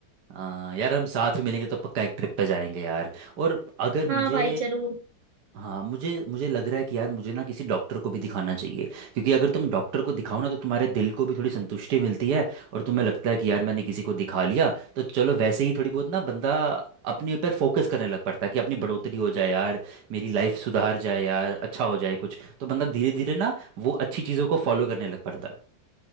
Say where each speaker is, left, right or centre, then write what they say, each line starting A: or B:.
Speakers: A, on the right; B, on the right.
A: आ, यार हम साथ में मिलेंगे तो पक्का एक ट्रिप पे जाएंगे यार और अगर
B: हाँ
A: मुझे
B: भाई जरूर
A: हाँ मुझे मुझे लग रहा है कि यार मुझे ना किसी डॉक्टर को भी दिखाना चाहिए क्योंकि अगर तुम डॉक्टर को दिखाओ ना तो तुम्हारे दिल को भी थोड़ी संतुष्टि मिलती है और तुम्हें लगता है कि यार मैंने किसी को दिखा लिया तो चलो वैसे ही थोड़ी बहुत ना बंदा अपने ऊपर फोकस करने लग पड़ता है कि अपनी बढ़ोतरी हो जाए यार मेरी लाइफ सुधार जाए यार अच्छा हो जाए कुछ तो बंदा धीरे धीरे ना वो अच्छी चीज़ों को फॉलो करने लग पड़ता है